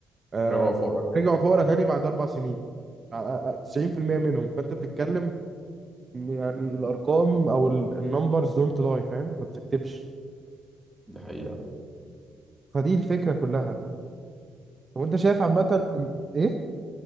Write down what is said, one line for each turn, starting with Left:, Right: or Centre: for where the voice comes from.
Right: آه،
Centre: ربع وفقر
Right: رجعوا فقراء تاني بعد اربع سنين آه، آه، 90% منهم فانت بتتكلم إن يعني الارقام او النمبرز دونت لاي فاهم ما بتكتبش
Centre: دي حقيقة
Right: فدي الفكره كلها طب انت شايف عامه إن- ايه